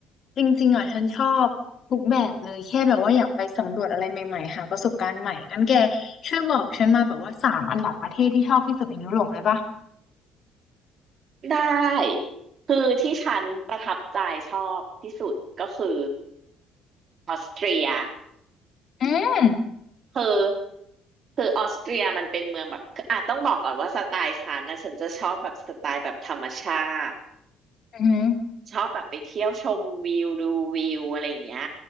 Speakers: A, on the left; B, on the right.
A: จริงๆอ่ะฉันชอบทุกแบบเลยแค่แบบว่าอยากไปสำรวจอะไรใหม่ๆหาประสบการณ์ใหม่งั้นแกช่วยบอกฉันมาแบบว่าสามอันดับประเทศที่ชอบที่สุดในยุโรปเลยปะ
B: ได้คือที่ฉันประทับใจชอบที่สุดก็คือออสเตรีย
A: อืม
B: คือคือออสเตรียมันเป็นเมืองแบบคืออาจต้องบอกก่อนว่าสไตล์ฉันนะฉันจะชอบแบบสไตล์แบบธรรมชาติ
A: อืม
B: ชอบแบบไปเที่ยวชมวิวดูวิวอะไรอย่างเงี้ย